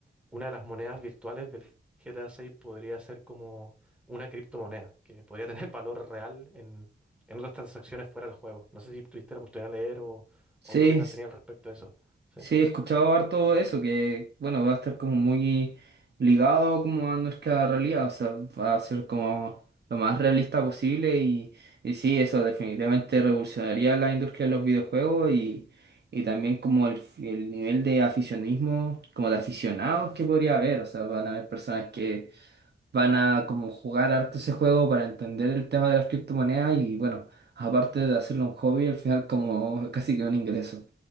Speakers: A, in the centre; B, on the right (about 50°).
A: una de las monedas virtuales del GTA 6 podría ser como una criptomoneda, que podría tener <laughs> valor real en, en otras transacciones fuera del juego. No sé si tuviste la oportunidad de leer o,
B: sí,
A: o qué opinión tenía al respecto de eso. Sí,
B: Sí, he escuchado harto eso, que bueno, va a estar como muy ligado como a nuestra realidad, o sea, va a ser como lo más realista posible y, y sí, eso definitivamente revolucionaría la industria de los videojuegos y, y también como el, el nivel de aficionismo, como de aficionados que podría haber, o sea, van a haber personas que van a como jugar harto ese juego para entender el tema de las criptomonedas y bueno, aparte de hacerlo un hobby, al final como casi que un ingreso.